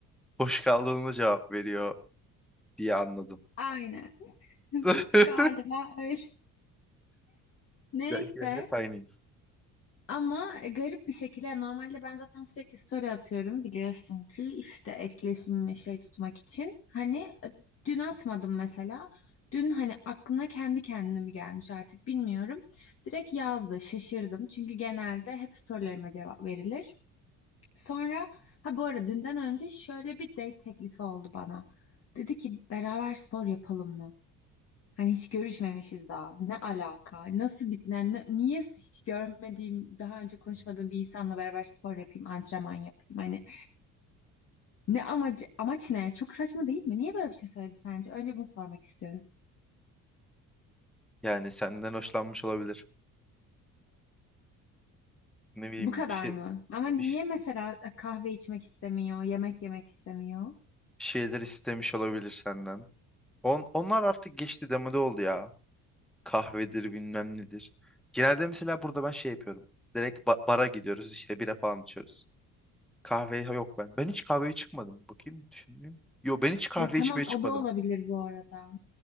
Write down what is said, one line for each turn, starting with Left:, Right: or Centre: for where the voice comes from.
Centre: boş kaldığında cevap veriyor diye anladım.
Left: Aynen. <laughs>
Centre: <laughs>
Left: Galiba öyle. Neyse
Centre: Ya Hep aynıyız.
Left: ama e, garip bir şekilde yani normalde ben zaten sürekli story atıyorum biliyorsun ki işte etkileşimimi şey tutmak için. Hani e, dün atmadım mesela. Dün hani aklına kendi kendine mi gelmiş artık bilmiyorum. Direkt yazdı şaşırdım çünkü genelde hep storylerime cevap verilir. Sonra ha bu arada dünden önce şöyle bir date teklifi oldu bana. Dedi ki beraber spor yapalım mı? Hani hiç görüşmemişiz daha. Ne alaka? Nasıl bitmen? ne- niye hiç görmediğim, daha önce konuşmadığım bir insanla beraber spor yapayım, antrenman yapayım? Hani ne amacı, amaç ne? Çok saçma değil mi? Niye böyle bir şey söyledi sence? Önce bunu sormak istiyorum.
Centre: Yani senden hoşlanmış olabilir. Ne bileyim
Left: Bu kadar
Centre: bir şey
Left: mı? Ama niye
Centre: bir, ş-
Left: mesela e, kahve içmek istemiyor, yemek yemek istemiyor?
Centre: bir şeyler istemiş olabilir senden. On, onlar artık geçti demode oldu ya. Kahvedir bilmem nedir. Genelde mesela burada ben şey yapıyorum. Direkt ba- bara gidiyoruz işte bira falan içiyoruz. Kahve yok ben. Ben hiç kahveye çıkmadım. Bakayım düşüneyim. Yo ben hiç kahve
Left: Ya tamam
Centre: içmeye çıkmadım.
Left: o da olabilir bu arada.